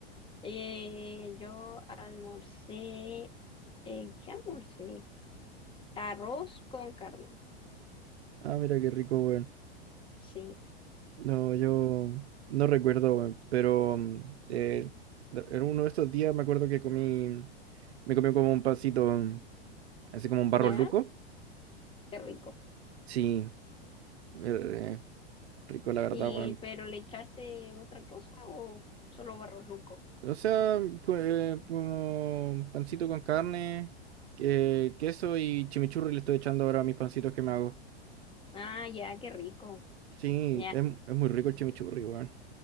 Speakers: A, on the left; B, on the right.
A: Eh, yo almorcé, eh, ¿qué almorcé? Arroz con carne,
B: Ah, mira qué rico, weón.
A: sí,
B: No, yo no recuerdo, weón. Pero mm, eh, de- en uno de estos días me acuerdo que comí. Me comí como un pancito, mm, así como un barro
A: ya,
B: luco.
A: qué rico.
B: Sí, eh, rico, la verdad,
A: ¿Y
B: weón.
A: pero le echaste otra cosa o solo barrosluco?
B: O sea, co- eh, como pancito con carne, que- queso y chimichurri le estoy echando ahora a mis pancitos que me hago.
A: Ah, ya, qué rico,
B: Sí,
A: ya.
B: es, es muy rico el chimichurri, weón.